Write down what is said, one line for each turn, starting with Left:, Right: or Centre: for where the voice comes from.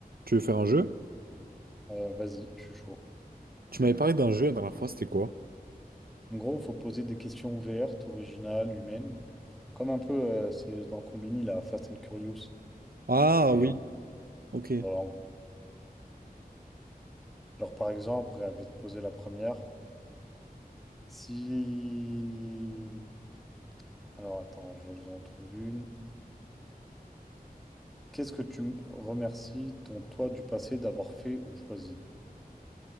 Right: Tu veux faire un jeu?
Centre: Euh, vas-y, je suis chaud.
Right: Tu m'avais parlé d'un jeu la dernière fois, c'était quoi?
Centre: En gros, faut poser des questions ouvertes, originales, humaines. Comme un peu, euh, c'est dans Combini, la Fast and Curious.
Right: Ah
Centre: Et
Right: oui, ok.
Centre: voilà, en gros. Genre, par exemple, je vais te poser la première. Si... Alors, attends, je vous en trouve une. Qu'est-ce que tu m- remercies ton toi du passé d'avoir fait ou choisi?